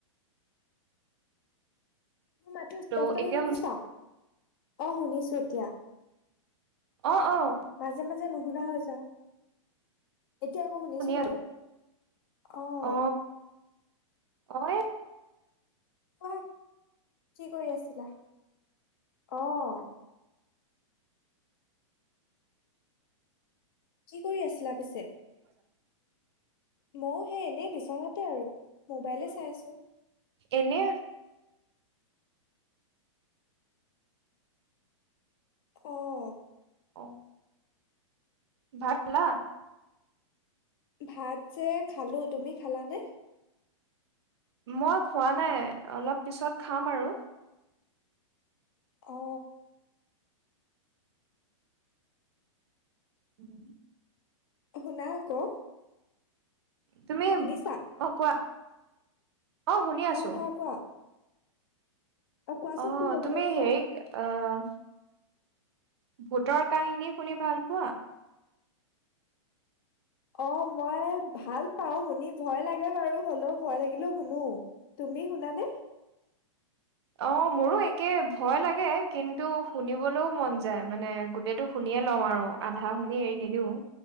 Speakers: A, on the left; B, on the right.
A: মোৰ মাতো স্পষ্টকে
B: হেল্ল' এতিয়া
A: শুনিছা অ শুনিছো এতিয়া
B: অ অ <inaudible>
A: মাজে মাজে নুশুনা হৈ যাওঁ এতিয়া আকৌ শুনিছোঁ
B: শুনি
A: বাৰু
B: আছো
A: অঁ
B: অ অ <inaudible>
A: কোৱা কি কৰি আছিলা আহ কি কৰি আছিলা পিছে মইো সেই এনেই বিচনাতে আৰু মোবাইলে চাই আছো
B: এনেয়া <inaudible>
A: অ <inaudible>
B: অ ভাতলা <inaudible>
A: ভাত যে খালো তুমি খালানে
B: মই খোৱা নাই অলপ পিছত খাম আৰু
A: অ
B: উম <inaudible>
A: শুনা আকৌ
B: তুমি
A: শুনিছা
B: অ কোৱা শুনি আছো
A: অ কোৱা - কোৱা কোৱাচোন
B: অ
A: কি কব
B: তুমি
A: লৈছিলা
B: হেৰি অ <inaudible> ভূতৰ কাহিনী শুনি ভাল পোৱা।
A: অ মই ভাল পাও শুনি ভয় লাগে বাৰু হলেও ভয় লাগিলো শুনো। তুমি শুনানে।
B: অ' মোৰো একে ভয় লাগে। কিন্তু শুনিবলৈও মন যায় মানে গোটটো শুনি লওঁ আৰু আধা শুনি এৰি নিদিও।